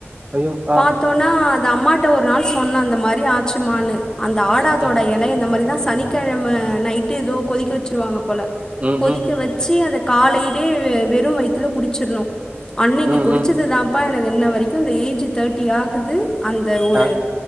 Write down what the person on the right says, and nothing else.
ஐயோ ஆ
ம்
ம்
ம்
ம்
ம்
ஆ